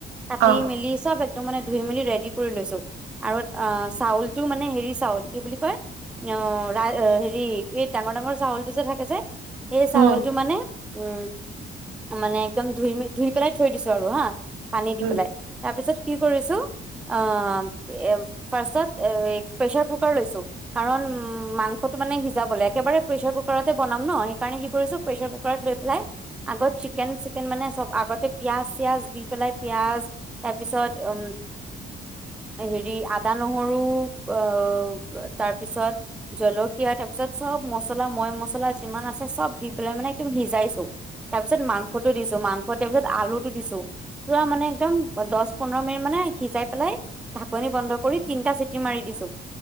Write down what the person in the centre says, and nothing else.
কাতি,
মেলি চব এক- মানে, ধুই, মেলি ৰেডি কৰি লৈছো, আৰু আ চাউলটো মানে, হেৰি চাউল কি' বুলি কয়, অঁহ হেৰি- ডাঙৰ, ডাঙৰ চাউলটো যে থাকে, যে- এই চাউলটো
মানে- উম' মানে, একদম ধুই, ধুই পেলাই থৈ দিছো আৰু হা। পানী দি
পেলাই, তাৰ পিছত কি কৰিছো, আ এ ফাৰষ্ট্ৰ'ত প্ৰেচাৰ কুকাৰ লৈছো, কাৰণ উম মাংসটো মানে, সিজাবলে। একেবাৰে প্ৰেছাৰ কুকাৰতে বনাম ন। সেইকাৰণে কি কৰিছো প্ৰেচাৰ কুকাৰত লৈ পেলাই, আগত চিকেন, চিকেন মানে, চব আগতে পিয়াজ, চিয়াজ দি পেলাই, পিয়াজ, তাৰ পিছত উ হেৰি আদা, নহৰু আ'হ তাৰপিছত জলকীয়া তাৰপিছত, চব মছলা মৈ মছলা যিমান আছে চব দি পেলাই মানে একদম সিজাইছো, তাৰ পিছত মাংসটো দিছো। মাংস, তাৰ পিছত আলুটো দিছো, পুৰা মানে একদম দহ, পোন্ধৰ মিনিট মানে সিজাই পেলাই, ঢাকনি বন্ধ কৰি তিনিটা চিটি মাৰি দিছো।